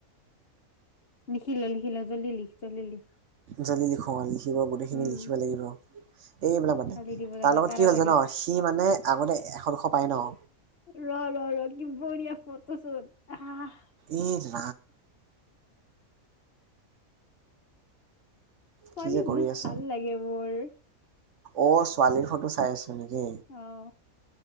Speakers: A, on the left (about 45°); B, on the right (about 60°).
A: লিখি ল লিখি ল জল্দি লিখ জল্দি লিখ৷
B: জল্দি লিখো লিখিব গোটেইখিনি
A: উম
B: লিখিব লাগিব এইবিলাক মানে৷
A: কালি দিব লাগিব
B: তাৰ লগত
A: তাৰাতাৰি
B: কি হল জান? সি মানে আগতে এশ দুশ পায় ন?
A: ৰ ৰ ৰ কি বঢ়িয়া ফটো চ্যুট আহ
B: ই <inaudible>
A: ছোৱালী
B: কি যে কৰি
A: বহুত
B: আছ
A: ভাল লাগে মোৰ৷
B: অ ছোৱালীৰ ফটো চাই আছ নেকি?
A: অ